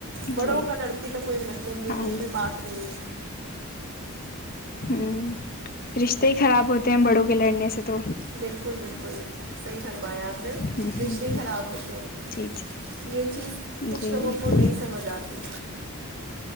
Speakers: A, on the right; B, on the left.
A: بڑو
B: جی
A: کا لڑکی تو کوئی مطلب نہیں
B: ہاں
A: نہیں
B: جی
A: پدنی
B: ہوں رشتے ہی خراب ہوتے ہیں بڑوں کے لڑنے سے تو
A: بالکل بالکل کوئی سی فرمایا آپ نے
B: ہوں ہوں
A: رشتے ہی خراب ہوتے ہیں
B: جی جی
A: یہ چیز کچھ
B: جی
A: لوگوں کو نہیں سمجھ آتی